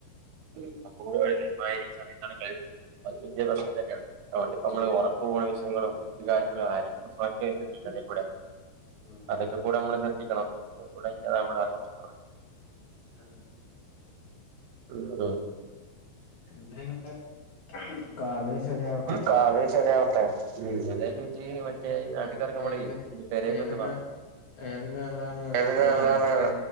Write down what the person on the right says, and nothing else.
ഉം നമക്കുംകൂടെ മായിരി സംവിധാനങ്ങള് അത് പുതിയ പ്രശ്നം തന്നെയാണ് അതുകൊണ്ട് നമ്മള് ഉറക്ക ഒഴിച്ചന്ന ങ്ങള് ത് കാര്യങ്ങള് അരുങ്ങലും സ്പൊൺസർ ചെയ്യുന്നുണ്ടെങ്കി അതും കൂടെ
അതൊക്കെ കൂടെ നമ്മള് ശ്രദ്ധിക്കണം ഒക്കെ കൂടേ ആയിട്ടാണ് ആകെ ഒച്ചപ്പാട്
ഉം
കാല് ശരിയാവട്ടെ ഉം ഏതായാലും ജ്ജ് മറ്റേ നാട്ടിക്കറങ്ങ്പോളെ
ഇന്റെ പേരക്കെന്ന്
വാ
പെരെലെറങ്ങാ